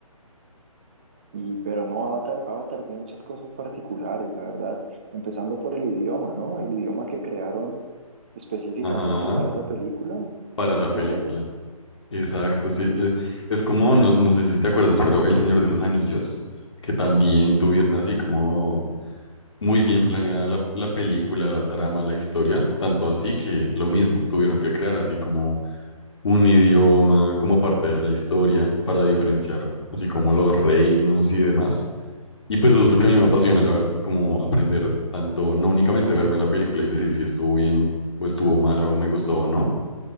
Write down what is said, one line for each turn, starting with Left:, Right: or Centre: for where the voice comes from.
Right: Y, pero no, Avatar, Avatar tiene muchas cosas particulares, la verdad. Empezando por el idioma, ¿no? El idioma que crearon específicamente
Left: Ajá.
Right: para esa película,
Left: para
Right: una locura.
Left: la película. Exacto, sí. e- Es como, no, no sé si te acuerdas, pero El Señor de los Anillos, que también tuvieron así como muy bien planeada la, la película, la trama, la historia, tanto así que lo mismo, tuvieron que crear así como un idioma, como parte de la historia, para diferenciar así como los reinos y demás. Y pues eso es lo que a mí me apasiona, la verdad, como aprender tanto, no únicamente verme la película y decir si estuvo bien o estuvo mal o me gustó o no,